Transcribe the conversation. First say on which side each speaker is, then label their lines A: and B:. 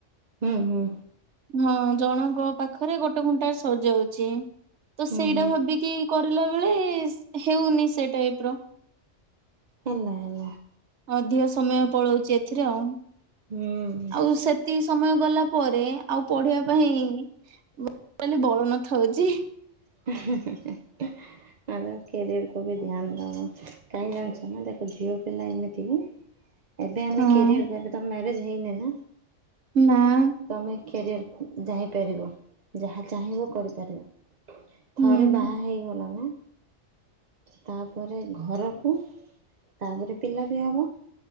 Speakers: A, on the right; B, on the right.
A: ହୁଁ -ହୁଁ।
B: ହଁ ଜଣଙ୍କ ପାଖରେ ଗୋଟେ ଘଣ୍ଟାରେ ସରିଯାଉଛି। ତ
A: ହୁଁ
B: ସେଇଟା
A: ହୁଁ
B: ଭାବିକି କରିଲା ବେଳେ ହେଉନି ସେ ଟାଇପ ର।
A: ହେଲା ହେଲା।
B: ଅଧିକ ସମୟ ପଳଉଛି ଏଥିରେ ଆଉ।
A: ହୁଁ।
B: ଆଉ ସେତିକ ସମୟ ଗଲା ପରେ ଆଉ ପଢିବା ପାଇଁ ଟୋଟାଲି ବଳ ନଥାଉଛି।
A: <inaudible> ଆଗ କ୍ୟାରିୟରକୁ ବି ଧ୍ୟାନ ଦେବ। କାହିଁକି ଜାଣିଛ ନା ଦେଖ ଝିଅ ପିଲା ଏମିତିକି ଏବେ ଆମେ
B: ହଁ
A: କ୍ୟାରିୟର ଦେବା ଏବେ ତ ମ୍ୟାରେଜ ହେଇନି ନା।
B: ନାଁ।
A: ତମେ କ୍ୟାରିଅର ଯାଇପାରିବ ଯାହା ଚାହିଁବ କରିପାରିବ।
B: ହୁଁ
A: ଥରେ ବାହାହେଇଗଲ ନା ତାପରେ ଘରକୁ ତାପରେ ପିଲାବି ହବ